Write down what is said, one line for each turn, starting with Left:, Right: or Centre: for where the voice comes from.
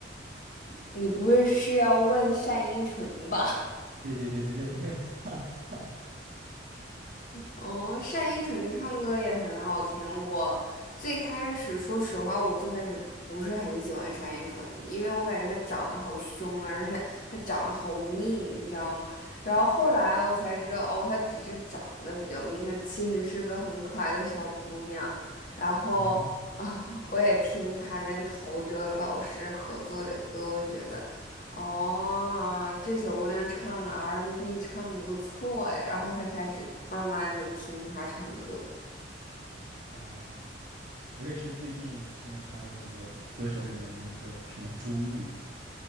Left: 你不会是要问单依纯吧？
Right: 对对对对对对 <laughs>，
Left: 哦，单依纯唱歌也很好听。我最开始，说实话，我最开始不是很喜欢单依纯，因为我感觉她长得好凶啊，而且她长得好命，你知道吗？然后后来我才知道，哦，她只是长得比较命，她其实是个很可爱的小姑娘。然后啊，
Right: 啊，
Left: <laughs> 我也听她跟陶喆老师合作的歌，我觉得。哦，这小姑娘唱 R&B n 唱得不错哎，然后才开始慢慢的听她唱歌。
Right: 哦，我也是最近听了他的那个歌手里面的那个什么朱玉，